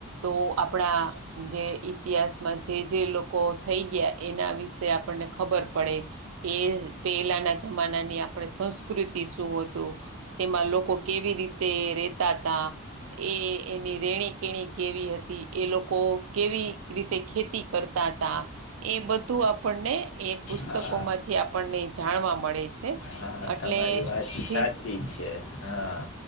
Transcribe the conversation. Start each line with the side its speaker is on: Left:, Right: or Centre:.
Right: તો આપણા જે ઈતિહાસમાં જે જે લોકો થઈ ગયા એના વિશે આપણને ખબર પડે. એ જ પેલાના જમાના ની આપણે સંસ્કૃતિ શું હતું તેમાં લોકો કેવી રીતે રેતા તા એ એની રેણી કેણી કેવી હતી એ લોકો કેવી રીતે ખેતી કર તા તા એ બધું આપણને એ પુસ્તકોમાંથી
Left: હા
Right: આપણને જાણવા મળે છે.
Left: હા
Right: એટલે
Left: તમારી વાત
Right: ફી
Left: સાચ છે હા